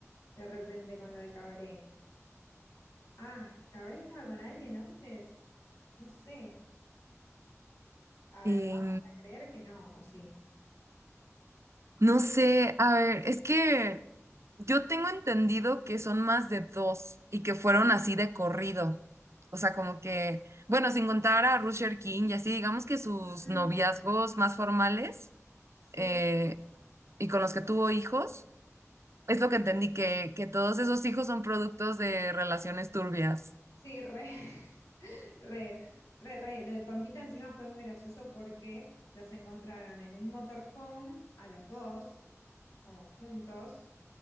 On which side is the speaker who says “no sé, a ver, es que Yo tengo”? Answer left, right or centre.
Right